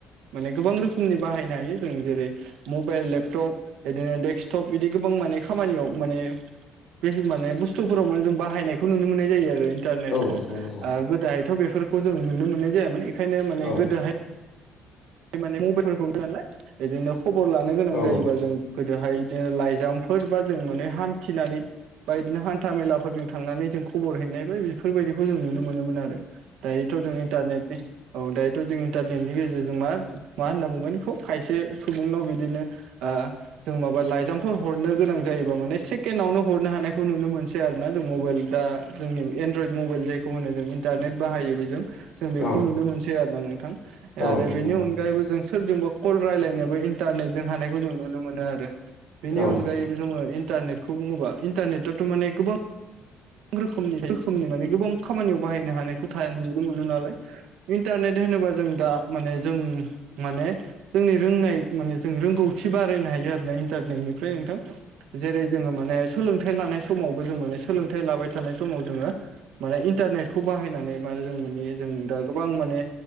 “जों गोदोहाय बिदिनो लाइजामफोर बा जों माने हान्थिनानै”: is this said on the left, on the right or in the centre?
Right